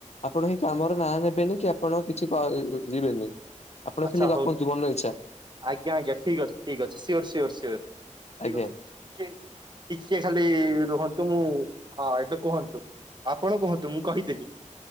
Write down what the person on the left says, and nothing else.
ଆପଣ ଏହି କାମର ନାଁ ନେବେନି କି ଆପଣ କିଛିି କ ଯିବେନି ଆପଣ
ସେଲି ଗପନ୍ତୁ
ମନ ଇଚ୍ଛା।
ଆଜ୍ଞା